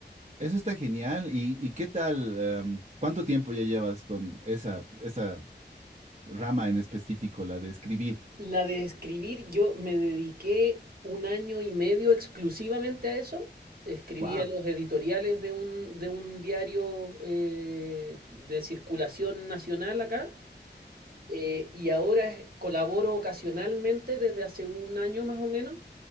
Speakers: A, on the right (about 40°); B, on the right (about 55°).
A: Eso está genial. ¿Y, y qué tal? em, ¿cuánto tiempo ya llevas con esa, esa rama en específico, la de escribir?
B: La de escribir, yo me dediqué un año y medio exclusivamente a eso. Escribía
A: Wow.
B: los editoriales de un, de un diario eh, de circulación nacional acá. eh, y ahora es- colaboro ocasionalmente desde hace un año más o menos